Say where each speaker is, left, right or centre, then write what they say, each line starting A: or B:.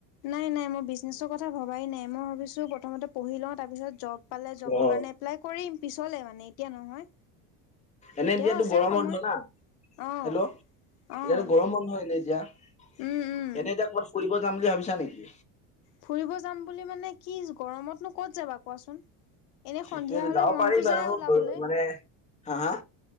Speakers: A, on the left; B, on the left.
A: নাই নাই মই বিজনেছৰ কথা ভবাই নাই মই ভাবিছোঁ প্ৰথমতে পঢ়ি লওঁ তাৰপিছত জব পালে জবৰ
B: অ
A: কাৰণে এপ্লাই কৰিম পিছলে মানে এতিয়া নহয়
B: এনে
A: এতিয়াও
B: এতিয়াতো
A: আছে
B: গৰম
A: সময়
B: বন্ধ না
A: অঁ
B: হেল্ল' এতিয়াতো
A: অঁ
B: গৰম বন্ধ এনে এতিয়া এনেই
A: উম উম
B: এতিয়া ক'বাত ফুৰিব যাম বুলি ভাবিছা নেকি
A: ফুৰিব যাম বুলি মানে কি গৰমতনো ক'ত যাবা কোৱাচোন এনে সন্ধিয়া
B: এতিয়া
A: হলে
B: যাব
A: মনতটো
B: পাৰি বাৰু
A: যায় ওলাবলৈ
B: মানে হা হা